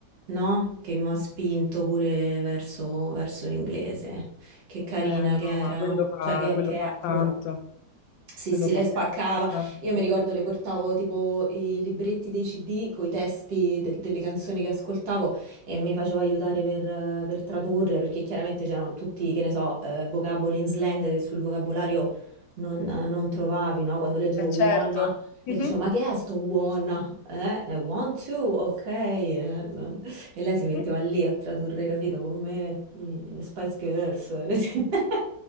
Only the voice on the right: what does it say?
no? Che mi ha spinto pure verso, verso l'inglese. Che
carina
che era,
cioè che
che è
ancora.
Sì,
sì,
lei spaccava.
Io mi ricordo le portavo tipo i libretti dei CD con i testi de- delle canzoni che ascoltavo e mi faceva aiutare per, eh, per tradurle perché chiaramente c'erano tutti, che ne so, eh, vocaboli in slang che sul vocabolario non, non trovavi, no? Quando leggevo
wanna
e
dicevo, ma che è sto wanna? Eh, eh, want to, ok. eh, no. E lei si metteva
lì a tradurre, capito, con me, i Spice Girls. <laughs>